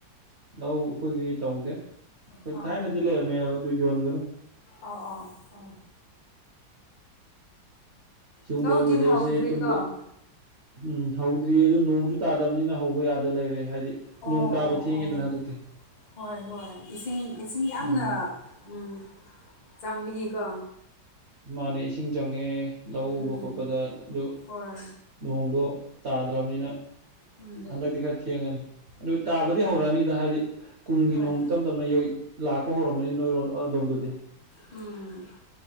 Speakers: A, on the right; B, on the left.
A: ꯂꯧ ꯑꯩꯈꯣꯏꯒꯤ ꯇꯧꯗꯦ ꯑꯩꯈꯣꯏ
B: ꯑꯧ
A: ꯊꯥꯏꯅꯗꯤ ꯂꯩꯔꯝꯃꯦ ꯑꯗꯨ ꯌꯣꯟꯒꯔꯦ
B: ꯑꯧ ꯑꯧ ꯑꯧ
A: ꯁꯤꯒꯨꯝꯕ
B: ꯂꯧꯗꯤ
A: ꯋꯦꯗꯔꯁꯦ
B: ꯍꯧꯗ꯭ꯔꯤꯀꯣ
A: ꯇꯨꯝꯕ ꯎꯝ ꯍꯧꯗ꯭ꯔꯤꯌꯦ ꯑꯗꯨ ꯅꯣꯡꯁꯨꯨ ꯇꯥꯗꯕꯅꯤꯅ ꯍꯧꯕ ꯌꯥꯗ ꯂꯩꯔꯦ ꯍꯥꯏꯗꯤ
B: ꯑꯣ
A: ꯅꯣꯡ ꯇꯥꯕ ꯊꯦꯡꯉꯦꯗꯅ
B: ꯑꯣ
A: ꯍꯟꯗꯛꯇꯤ
B: ꯍꯣꯏ ꯍꯣꯏ ꯏꯁꯤꯡ ꯏꯁꯤꯡ ꯌꯥꯝꯅ
A: ꯎꯝ
B: ꯎꯝ ꯆꯪꯕꯤꯒꯤꯀꯣ
A: ꯃꯥꯅꯦ ꯏꯁꯤꯡ ꯆꯪꯉꯦ ꯂꯧ
B: ꯎꯝ
A: ꯎꯕ ꯈꯣꯠꯄꯗ ꯑꯗꯨ
B: ꯍꯣꯏ
A: ꯅꯣꯡꯗꯣ ꯇꯥꯗ꯭ꯔꯕꯅꯤꯅ
B: ꯎꯝ
A: ꯍꯟꯗꯛꯇꯤ ꯈꯔ ꯊꯦꯡꯉꯅꯤ ꯑꯗꯨ ꯇꯥꯕꯗꯤ
B: ꯎꯝ
A: ꯍꯧꯔꯛꯑꯅꯤꯗ ꯍꯥꯏꯗꯤ ꯀꯨꯝꯒꯤ
B: ꯍꯣꯏ
A: ꯅꯣꯡ ꯇꯞ ꯇꯞꯅ ꯌꯩ ꯂꯥꯛꯄ ꯍꯧꯔꯝꯃꯅꯤ ꯅꯣꯏꯔꯣꯝ ꯑꯗꯣꯝꯗꯗꯤ
B: ꯎꯝ